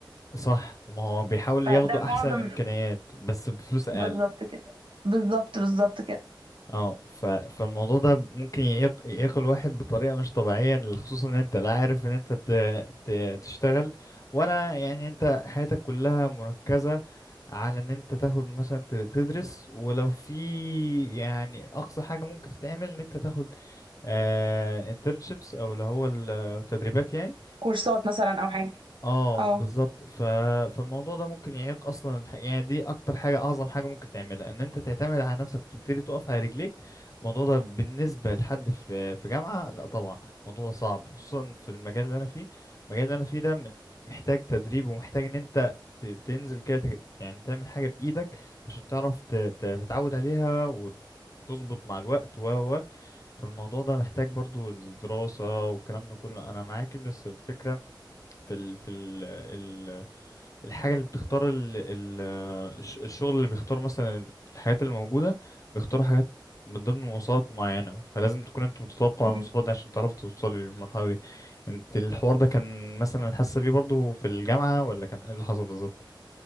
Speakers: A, on the left (about 45°); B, on the right (about 85°).
A: صح ما هو بيحاول
B: فده
A: ياخدوا احسن
B: معظم
A: الامكانيات بس بفلوس اقل
B: بالظبط كده بالظبط بالظبط كده
A: اه ف... فالموضوع ده ممكن يعيق يعيق الواحد بطريقة مش طبيعية خصوصا ان انت لا عارف ان انت ت... ت... تشتغل ولا يعني انت حياتك كلها مركزة على ان انت تاخد مثلا ت- تدرس ولو في يعني اقصى حاجة ممكن تتعمل ان انت تاخد آه internships او اللي هو التدريبات يعني
B: كورسات مثلا او حاجه
A: اه
B: اه
A: بالظبط ف... فالموضوع ده ممكن يعيق اصلا الح... يعني دي اكتر حاجه اعظم حاجه ممكن تعملها ان انت تعتمد على نفسك وتبتدي تقف على رجليك الموضوع ده بالنسبه لحد في في جامعه لا طبعا الموضوع ده صعب خصوصا في المجال اللي انا فيه المجال اللي انا فيه ده من... محتاج تدريب ومحتاج ان انت ت... تنزل كده ت... يعني تعمل حاجه بايدك عشان تعرف ت... ت... تتعود عليها و... وتظبط مع الوقت و و و. فالموضوع ده محتاج برضو دراسه والكلام ده كله انا معاك بس الفكره في ال في ال ال الحاجة اللي بتختار ال ال الش- الشغل اللي بيختار مثلا الحاجات اللي موجودة بيختاروا حاجات من ضمن مواصفات معينة فلازم تكون انت متطابق مع
B: مم.
A: المواصفات دي عشان تعرف توصلي للمرحلة دي انت الحوار ده كان مثلا حاسة بيه برضه في الجامعة ولا كان ايه اللي حصل بالظبط؟